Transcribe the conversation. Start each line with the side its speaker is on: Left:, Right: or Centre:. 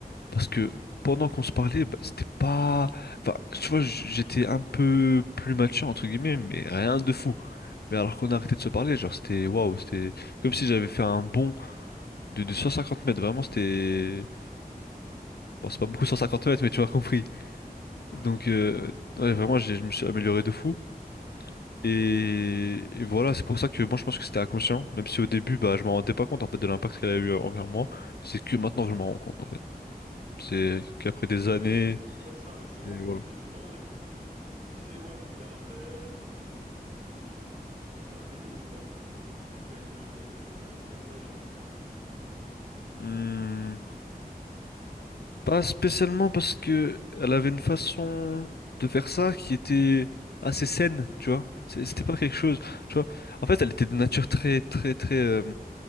Left: parce que pendant qu'on se parlait, bah, c'était pas... Enfin, tu vois, j- j'étais un peu plus mature, entre guillemets, mais rien de fou. Mais alors qu'on a arrêté de se parler, genre, c'était... Waouh, c'était comme si j'avais fait un bond de, de 150 mètres, vraiment, c'était... Bon, c'est pas beaucoup 150 mètres, mais tu m'as compris.
Right: Ouais.
Left: Donc, euh, ouais, vraiment, j'ai- je me suis amélioré de fou.
Right: Mhm.
Left: Et, et voilà, c'est pour ça que moi je pense que c'était inconscient, même si au début bah, je m'en rendais pas compte en fait de l'impact qu'elle a eu envers moi, c'est que maintenant que je m'en rends compte en fait.
Right: D'accord.
Left: C'est qu'après
Right: Ok,
Left: des
Right: ouais.
Left: années,
Right: Ouais, c'est ça, ouais. C'est vraiment
Left: et voilà.
Right: au, dé- vraiment au début, tu, tu disais, ouais, elle me fait des rappels ou. Je- tu trouvais ça pénible ou pas? Quand elle te, elle te, elle t'apprenait la religion, entre guillemets.
Left: Hmm, pas spécialement parce que elle avait une façon de faire ça qui était assez saine, tu vois. C'est-
Right: Ok.
Left: C'était pas quelque chose, tu vois. En fait, elle était de nature très, très, très, euh,